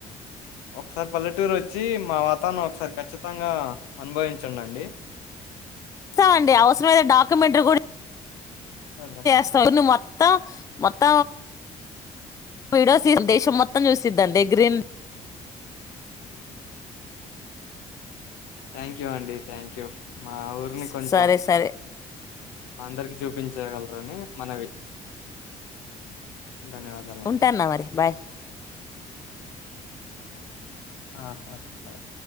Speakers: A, on the left; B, on the left.
A: ఒకసారి పల్లెటూరు వచ్చి మా వాతావరణం ఒకసారి ఖచ్చితంగా అనుభవించం అండి
B: చేస్తామండి అవసరమైన డాక్యుమెంటట్ కూడా
A: సరే అండి.
B: స్త మ మత్తా మత్త విడస్ దేశ మొత్తం న్యూస్ద్త గ్రీన్
A: థ్యాంక్ యూ అండి థ్యాంక్ యూ మా ఊరిని
B: స
A: కొంచెం
B: సరే సరే
A: అందరికి చూపించగలరు అని మనవి ధన్యవాదాలండి.
B: ఉంటాన్న మరి బాయ్
A: ఆ ఓకే బాయ్